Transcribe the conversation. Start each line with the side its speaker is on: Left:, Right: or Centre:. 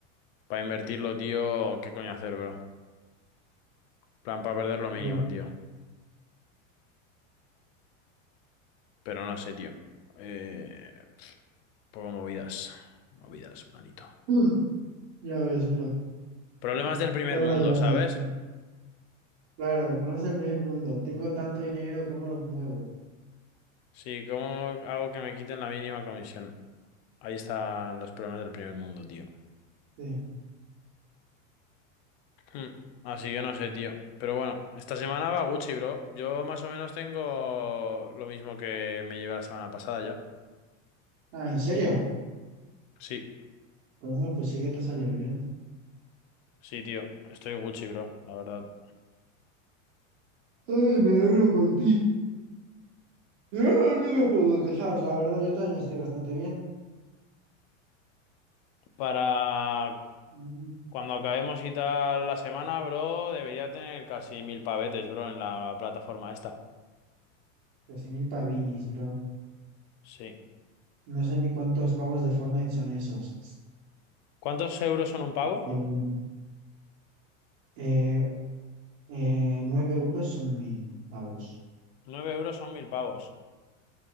Left: pa invertirlo, tío. ¿Qué coño hacer, bro? Plan para perder lo mínimo,
Right: ya.
Left: tío. Pero no sé, tío. Eh, Poco movidas. Movidas, manito.
Right: Uf, ya ves, bro.
Left: Problemas
Right: Mm,
Left: del primer
Right: Estoy
Left: mundo,
Right: rayado.
Left: ¿sabes?
Right: tío. Claro, conoce el primer mundo. Tengo tanto dinero, ¿cómo lo muevo?
Left: Sí, ¿cómo hago que me quiten la mínima comisión? Ahí están los problemas del primer mundo, tío.
Right: Sí.
Left: Hmm, Así que no sé, tío. Pero bueno, esta semana va Gucci, bro. Yo más o menos tengo lo mismo que me llevé la semana pasada ya.
Right: Ah, ¿en serio?
Left: Sí,
Right: Bueno, pues sí que te salió bien.
Left: sí, tío. Estoy Gucci, bro, la verdad.
Right: Ay, me alegro por ti. No, no me puedo quejar, la verdad, yo también estoy bastante bien.
Left: Para
Right: Mm,
Left: cuando acabemos y tal la semana, bro, debería tener casi mil pavetes, bro, en la plataforma esta.
Right: Casi mil pavinis, bro.
Left: Sí.
Right: No sé ni cuántos pavos de Fortnite son esos.
Left: ¿Cuántos euros son un pavo?
Right: Ya, bueno. Eh, eh, 9 euros son 1.000 pavos.
Left: Nueve euros son mil pavos.